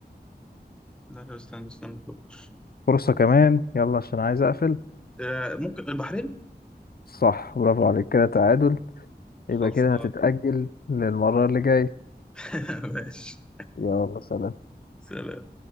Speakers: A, in the centre; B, on the left.
A: لا لا، استنى استنى أفكر
B: فرصة كمان يلا عشان عايز أقفل
A: آه... ممكن البحرين
B: صح برافو عليك كده تعادل يبقى
A: خلصان
B: كده هتتأجل للمرة اللي جاي
A: <laughs> ماشي
B: يلا سلام
A: سلام